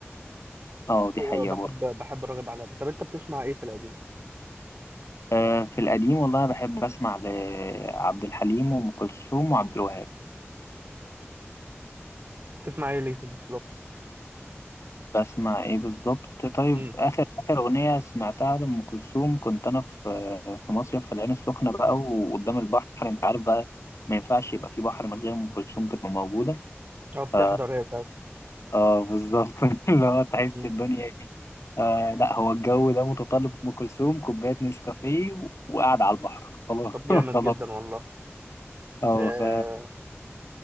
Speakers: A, on the left; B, on the right.
A: اه دي
B: هو
A: حقيقه
B: بحب
A: برضه
B: بحب راغب علامه طب انت بتسمع ايه في القديم
A: آه في القديم والله بحب اسمع لعبد الحليم وام كلثوم وعبد الوهاب
B: بتسمع ايه ليهم بالظبط
A: بسمع ايه بالظبط طيب
B: امم
A: اخر اخر اغنيه سمعتها لام كلثوم كنت انا في في مصيف في العين السخنه بقى وقدام البحر انت عارف بقى ما ينفعش يبقى في بحر من غير ام كلثوم تبقى موجوده
B: اه بتحضر
A: ف
B: هي
A: اه بالظبط <laughs> اللي هو تحس
B: ساعات
A: الدنيا ايه آه لا هو الجو ده متطلب ام كلثوم كوبايه نسكافيه وقاعد على البحر خلاص
B: طب جامد
A: <laughs> خلاص
B: جدا والله
A: اه
B: آه
A: ف...